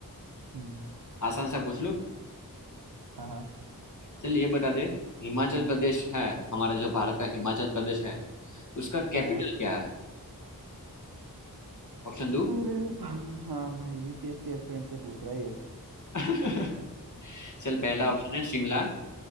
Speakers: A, on the right; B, on the left.
A: हम्म
B: आसान सा पूछ लो
A: हाँ हाँ
B: चल ये बता दे हिमाचल प्रदेश है हमारा जो भारत का हिमाचल प्रदेश है उसका कैपिटल
A: हाँ
B: क्या है ऑप्शन दो
A: अरे भा- हाँ भाई यूपीएससी एस्पिरेंट से पूछ रहा है ये
B: <laughs> चल पहला
A: हाँ
B: ऑप्शन है शिमला